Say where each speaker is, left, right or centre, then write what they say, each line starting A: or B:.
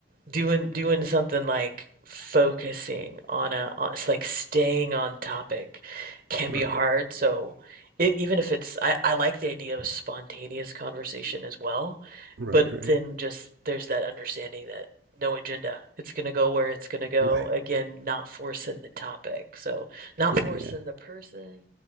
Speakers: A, on the right; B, on the right.
A: doing doing something like focusing on a on, s- like staying on topic can
B: Right.
A: be hard so it, even if it's I, I like the idea of spontaneous conversation as well
B: Right.
A: but
B: Right.
A: then just there's that understanding that no agenda it's going to go where it's going to go
B: Right.
A: again not forcing the topic so not
B: Yeah.
A: forcing
B: Yeah.
A: the person